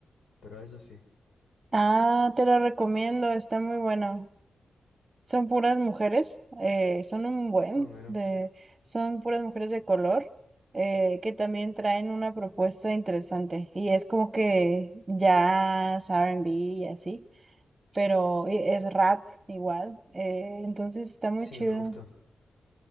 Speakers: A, on the left (about 90°); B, on the right (about 30°).
A: pero a ella sí.
B: Ah, te lo recomiendo, está muy bueno. Son puras mujeres, eh, son un buen
A: Ah, mira.
B: de, son puras mujeres de color, eh, que también traen una propuesta interesante. Y es como que jazz, R&B y así, pero y es rap igual. eh, entonces está muy
A: Sí,
B: chido.
A: me gusta.